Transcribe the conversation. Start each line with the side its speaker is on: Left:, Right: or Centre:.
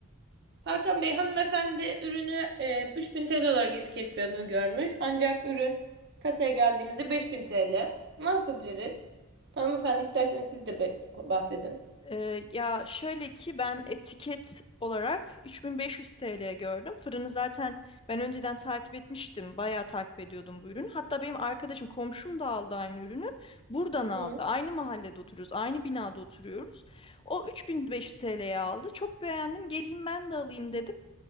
Right: Hakan Bey hanımefendi ürünü e, 3000 TL olarak etiket fiyatını görmüş. Ancak ürün kasaya geldiğimizde 5000 TL. Ne yapabiliriz? Hanımefendi isterseniz siz de be- bahsedin.
Left: Ee, ya şöyle ki ben etiket olarak 3500 TL gördüm. Fırını zaten ben önceden takip etmiştim. Bayağı takip ediyordum bu ürünü. Hatta benim arkadaşım komşum da aldı aynı ürünü. Buradan aldı.
Right: Hı.
Left: Aynı mahallede oturuyoruz. Aynı binada oturuyoruz. O 3500 TL'ye aldı. Çok beğendim. Geleyim ben de alayım dedim.